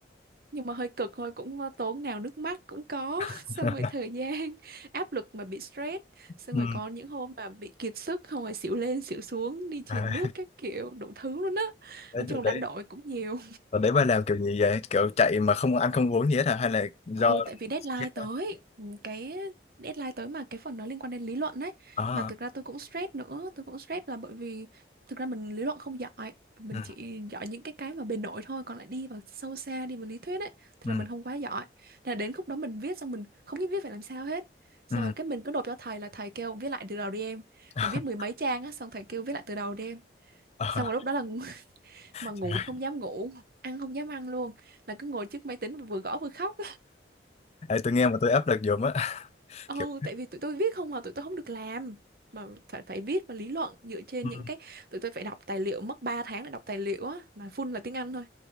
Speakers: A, on the right (about 50°); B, on the left (about 35°).
A: nhưng mà hơi cực thôi cũng ờ, tốn nào nước mắt cũng có <laughs>
B: <laughs>
A: xong rồi thời gian áp lực mà bị stress xong
B: Ừ.
A: rồi có những hôm mà bị kiệt sức không rồi xỉu lên xỉu xuống đi truyền
B: À,
A: nước các kiểu đủ thứ luôn á
B: đấy,
A: nói chung
B: đợt đấy,
A: đánh đổi cũng nhiều
B: và đấy bà làm kiểu gì vậy? Kiểu chạy mà không ăn không uống gì hết hả Hay là do
A: Ừ, tại vì deadline
B: chết
A: tới,
B: quá?
A: ừ, cái deadline tới mà cái phần nó liên quan đến lý luận đấy.
B: À,
A: Mà thực ra tôi cũng stress nữa, tôi cũng stress là bởi vì thực ra mình lý luận không giỏi, mình
B: ừ,
A: chỉ giỏi những cái cái mà bề nổi thôi, còn lại đi vào sâu xa, đi vào lý thuyết ấy, thì
B: ừ,
A: là mình không quá giỏi. Thế Là đến khúc đó mình viết xong mình không biết viết phải làm sao hết. Xong
B: ừ.
A: rồi cái mình cứ nộp cho thầy là thầy kêu viết lại từ đầu đi em.
B: <laughs>
A: Mà viết mười mấy trang á, xong thầy kêu viết lại từ đầu đi em.
B: Ờ,
A: Xong rồi lúc đó là <laughs> mà ngủ
B: trời
A: thì không dám ngủ, ăn không dám ăn luôn, là cứ ngồi trước máy tính vừa gõ vừa khóc.
B: tôi nghe mà tôi áp lực dùm á. <laughs>
A: Ừ,
B: Kiểu
A: tại vì tụi tôi viết không à, tụi tôi không được làm mà phải phải viết và lý luận dựa trên
B: ừ,
A: những cái tụi tôi phải đọc tài liệu mất 3 tháng để đọc tài liệu á mà full là tiếng Anh thôi.